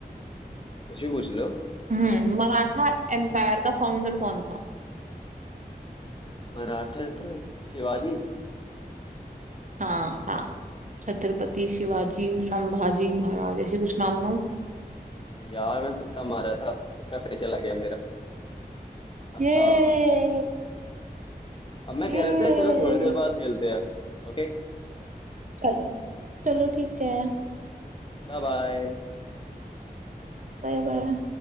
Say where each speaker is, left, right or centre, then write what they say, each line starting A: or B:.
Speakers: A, on the left; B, on the right.
A: कुछ भी पूछ लो
B: हम्म मराठा एम्पायर का फाउंडर कौन था
A: मराठा एम्परर शिवाजी
B: हाँ हाँ छत्रपति शिवाजी संभाजी महाराज ऐसे कुछ नाम है ना उनका
A: यार मैं तुक्का मारा था तुक्का सही चला गया मेरा
B: ये
A: अब मैं
B: ये
A: कह रहा था चलो थोड़ी देर बाद खेलते हैं ओके
B: चलो चलो ठीक है
A: Bye bye
B: Bye bye